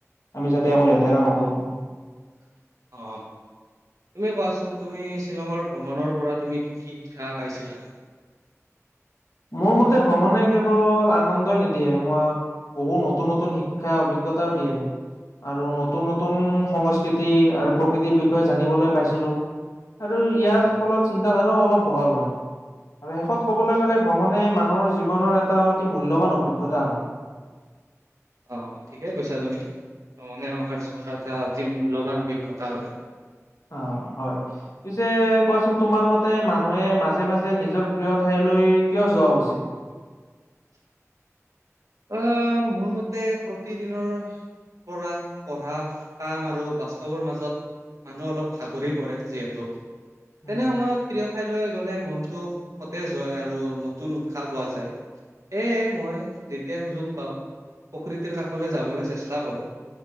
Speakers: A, on the left; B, on the right.
A: আমি যাতে আকৌ লেতেৰা নকৰো।
B: <unintelligible> অ তুমি কোৱাচোন তুমি শ্বিলঙৰ ভ্ৰমণৰ পৰা তুমি কি কি শিক্ষা পাইছিলা? <inaudible>
A: মোৰ মতে ভ্ৰমণে কেৱল আনন্দই নিদিয়ে, মই বহুত নতুন নতুন শিক্ষা অভিজ্ঞতা দিয়ে। আৰু নতুন
B: অ',
A: নতুন সংস্কৃতি আৰু প্ৰকৃতিৰ বিষয়ে জানিবলৈ পাইছিলো। আৰু ইয়াৰ
B: অ',
A: ফলত চিন্তা ধাৰাও অলপ বহল হয় আৰু শেষত ক'বলৈ
B: অ'।
A: গ'লে মানে মানুহৰ জীৱনৰ এটা অতি মূল্যবান অভিজ্ঞতা হয়।
B: অ ঠিকে কৈছা তুমি। মানে আমাৰ জীৱনৰ এটা অতি মূল্যবান অভিজ্ঞতা হয়।
A: অ হয় পিছে কোৱাচোন তোমাৰ মতে মানুহে মাজে মাজে নিজৰ প্ৰিয় ঠাই লৈ কিয় যোৱা উচিত?
B: <unintelligible> আহ মোৰ মতে প্ৰতিদিনৰ। পৰা পঢ়া কাম আৰু বাস্তৱৰ মাজত। মানুহ অলপ ভাগৰি পৰে যিহেতু
A: উম
B: তেনে সময়ত প্ৰিয়। ঠাইলৈ গ'লে মনটো সতেজ হয় আৰু নতুন উৎসাহ পোৱা যায়। এ মই যেতিয়া সুযোগ পাওঁ প্ৰকৃতিৰ কাষলৈ যাবলৈ চেষ্টা কৰো।